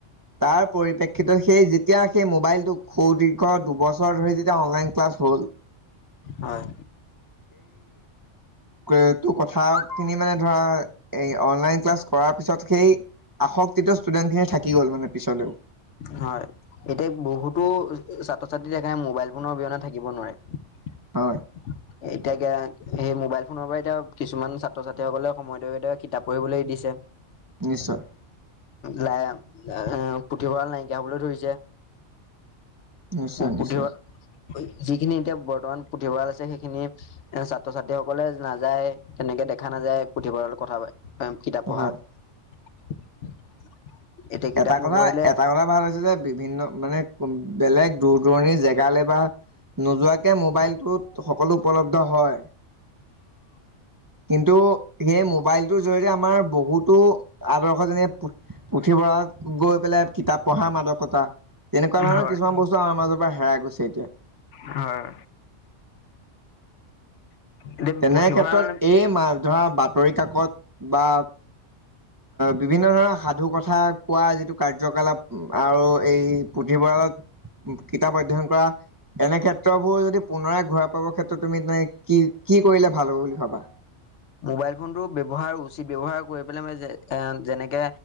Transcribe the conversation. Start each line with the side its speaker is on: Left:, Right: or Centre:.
Right: তাৰ পৰিপ্ৰেক্ষিতত সেই যেতিয়া সেই মোবাইলটো সুদীৰ্ঘ দুবছৰ ধৰি যেতিয়া অনলাইন ক্লাছ। ফল
Left: হয়
Right: তটো কথা খিনি মানে ধৰা এই অনলাইন ক্লাছ কৰাৰ পিছত সেই। আসক্তিত ষ্টুডেন্ট খিনি থাকি গ'ল মানে। পিছলৈও
Left: হয় এতিয়া বহুতো ছাত্ৰ ছাত্ৰী একাৰে মোবাইল ফোনৰ অবিহনে থাকিব নোৱাৰে
Right: হয়
Left: এতিয়াকে সেই মোবাইল ফোনৰ পৰা এতিয়া কিছুমান ছাত্ৰ ছাত্ৰীসকলে সময়মতে কিতাপ পঢ়িবলৈ এৰি দিছে।
Right: নিশ্চয়।
Left: লাই আম তিহৰাল নাইকিয়া হ'বলৈ ধৰিছে।
Right: নিশ্চয় নিশ্চয়।
Left: পুথিভঁৰাল যিখিনি এতিয়া বৰ্তমান পুথিভঁৰাল আছে সেইখিনি এ ছাত্ৰ ছাত্ৰীসকলে নাযায় তেনেকে দেখা নাযায় পুথিভঁৰালৰ কথা প। কিতাপ পঢ়া
Right: হয়
Left: এতিয়া কিতাপ
Right: এটা কথা
Left: নপঢ়িলে।
Right: এটা কথা ভাল হৈছে যে বিভিন্ন মানে। বেলেগ দূৰ দূৰণিৰ জেগা গালে বা নোযোৱাকে মোবাইলটোত ত সকলো উপলব্ধ হয়। কিন্তু সেই মোবাইল এইটোৰ জৰি়য়তে আমাৰ বহুতো আদৰ্শ যেনে পুথিভঁৰালত গৈ পেলাই কিতাপ পঢ়া মাদকতা তেনেকুৱা ধৰণৰ
Left: হয়
Right: কিছুমান বস্তু আমাৰ মাজত। কিবা হেৰাই গৈছে এতিয়া।
Left: হয়। এতিয়া
Right: তেনে
Left: পুথিভঁৰাল
Right: ক্ষেত্ৰত এই মাছ ধৰা। বাতৰি কাকত বা বিভিন্ন ধৰণৰ সাধু কথা কোৱা যিটো কাৰ্যকলাপ আৰু এই পুথিভঁৰালত কিতাপ অধ্যয়ন কৰা এনে ক্ষেত্ৰবোৰ যদি পুনৰাই ঘূৰাই পাবৰ ক্ষেত্ৰত তুমি তেনে কি? কি কৰিলে ভাল হ'ব বুলি ভাবা।
Left: মোবাইল ফোনটো ব্যৱহাৰ উচিত ব্যৱহাৰ কৰি পেলাই মানে যে এ যেনেকে